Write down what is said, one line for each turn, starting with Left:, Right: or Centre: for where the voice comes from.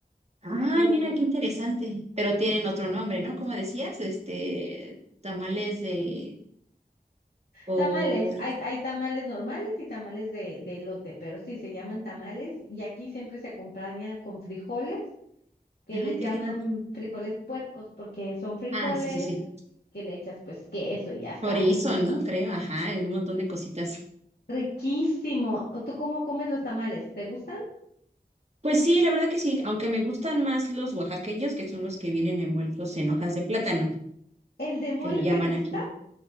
Right: Ay,
Left: creo
Right: mira
Left: yo.
Right: qué interesante. Pero tienen otro nombre, ¿no? Como decías, este, tamales de, o,
Left: Tamales, hay, hay tamales normales y tamales de, de elote, pero sí, se llaman tamales y aquí siempre se acompaña con frijoles, que
Right: ay,
Left: les llaman
Right: qué rico.
Left: frijoles puercos, porque son frijoles
Right: Ah, sí, sí, sí.
Left: que le echas pues queso y ya sabes.
Right: Chorizo, ¿no? Creo, ajá, y un montón de cositas.
Left: Riquísimo. ¿O ¿Tú cómo comes los tamales? ¿Te gustan?
Right: Pues sí, la verdad que sí, aunque me gustan más los oaxaqueños, que son los que vienen envueltos en hojas de plátano,
Left: ¿El de mole
Right: que le llaman
Left: te gusta?
Right: aquí.